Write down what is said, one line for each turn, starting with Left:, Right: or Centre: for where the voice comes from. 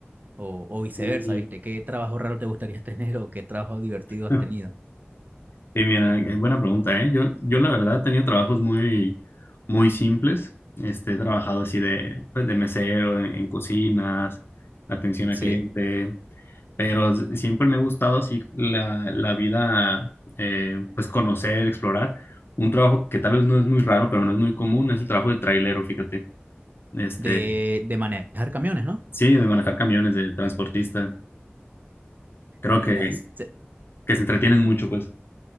Right: O, o viceversa,
Left: uy.
Right: ¿viste? ¿Qué trabajo raro te gustaría <laughs> tener o qué trabajo divertido has
Left: <laughs>
Right: tenido?
Left: Sí, mira, eh, buena pregunta, ¿eh? Yo, yo la verdad he tenido trabajos muy, muy simples. Este, he trabajado así de, pues, de mesero, en, en cocinas, atención
Right: Sí.
Left: al cliente, pero s- siempre me ha gustado así la, la vida, eh, pues conocer, explorar. Un trabajo que tal vez no es muy raro, pero no es muy común, es el trabajo de trailero, fíjate. Este,
Right: De, de manejar camiones, ¿no?
Left: sí, de manejar camiones, de transportista. Creo
Right: Mira,
Left: que,
Right: ese,
Left: que se entretienen mucho, pues.